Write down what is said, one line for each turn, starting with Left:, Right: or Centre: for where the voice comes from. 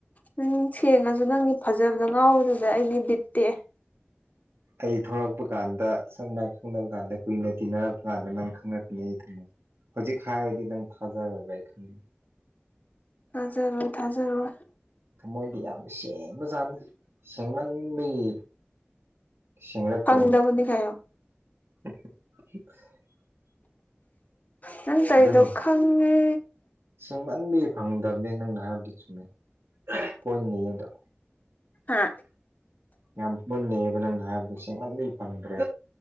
Left: ꯅꯪ ꯁꯦꯡꯉꯁꯨ ꯅꯪꯒꯤ ꯐꯖꯕ ꯉꯥꯎꯕꯗꯨꯗ ꯑꯩꯗꯤ ꯕꯤꯠꯇꯦ
Right: ꯑꯩ ꯊꯂꯛꯄ ꯀꯥꯟꯗ ꯁꯪꯃꯥꯏꯅ ꯈꯪꯅꯕ ꯀꯥꯟꯗ ꯀꯨꯏꯅ ꯇꯤꯟꯅꯔꯛꯄ ꯀꯥꯟꯗ ꯅꯪ ꯈꯪꯉꯛꯛꯇꯅꯦ ꯑꯩ ꯊꯝꯦ ꯍꯧꯖꯤꯛ ꯍꯥꯏꯔꯗꯤ ꯅꯪ ꯊꯥꯖꯔꯣꯏꯕ ꯑꯩ ꯈꯪꯉꯦ
Left: ꯍꯖꯔꯣꯏ ꯊꯥꯖꯔꯣꯏ
Right: ꯊꯃꯣꯏꯗꯤ ꯌꯥꯝ ꯁꯦꯡꯕꯖꯥꯠꯅꯤ ꯁꯦꯡꯃꯟꯕꯒꯤ ꯁꯦꯡꯔꯛꯇ꯭ꯔꯦ
Left: ꯑꯪꯗꯕꯅꯤ ꯀꯣ
Right: <unintelligible>
Left: ꯅꯪ ꯇꯧꯔꯤꯗꯣ
Right: ꯑꯗꯨꯅꯤ
Left: ꯈꯪꯉꯦ
Right: ꯁꯦꯡꯃꯟꯗꯤ ꯐꯪꯗꯕꯅꯤ ꯅꯪꯅ ꯍꯥꯏꯕꯗꯤ ꯆꯨꯝꯃꯦ ꯄꯣꯏꯟ ꯅꯗ
Left: ꯍꯥ
Right: ꯌꯥꯝ ꯄꯨꯟꯅꯟꯅꯑꯕ ꯅꯪꯅ ꯍꯥꯏꯕꯗꯁꯦꯡ ꯉꯗꯤ ꯐꯪꯗ꯭ꯔꯦ